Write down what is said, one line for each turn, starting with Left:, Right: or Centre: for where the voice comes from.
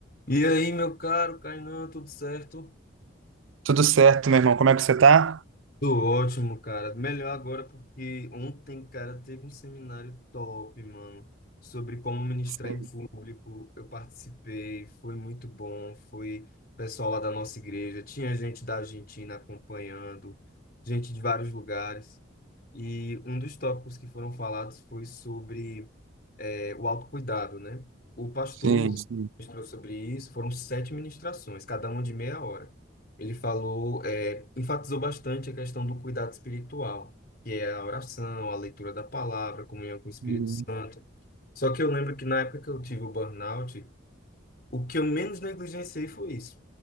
Left: E aí, meu caro Kainan, tudo certo?
Right: Tudo certo, meu irmão. Como é que você tá?
Left: Tudo ótimo, cara. Melhor agora porque ontem, cara, teve um seminário top, mano, sobre como ministrar
Right: Sim,
Left: em público. Eu participei, foi muito bom. Foi pessoal lá da nossa igreja, tinha gente da Argentina acompanhando, gente de vários lugares. E um dos tópicos que foram falados foi sobre é, o autocuidado, né? O pastor
Right: sim, sim.
Left: ministrou sobre isso, foram sete ministrações, cada uma de meia hora. Ele falou, é, enfatizou bastante a questão do cuidado espiritual, que é a oração, a leitura da palavra, a comunhão com o Espírito
Right: Uhum.
Left: Santo. Só que eu lembro que na época que eu tive o burnout, o que eu menos negligenciei foi isso.